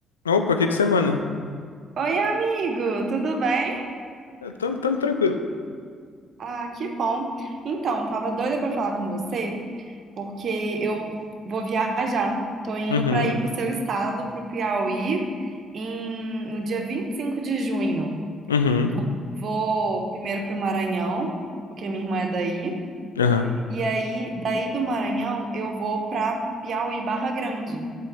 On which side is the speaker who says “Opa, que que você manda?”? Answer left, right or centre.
Left